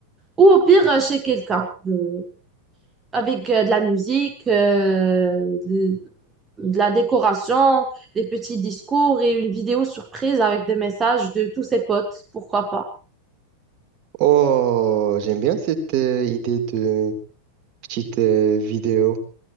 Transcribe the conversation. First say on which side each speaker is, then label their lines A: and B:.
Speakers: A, on the right; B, on the right.
A: ou au pire euh, chez quelqu'un, euh, avec euh, de la musique, euh, de, de la décoration, des petits discours et une vidéo surprise avec des messages de tous ses potes, pourquoi pas.
B: Oh, j'aime bien cette euh, idée de petite euh, vidéo.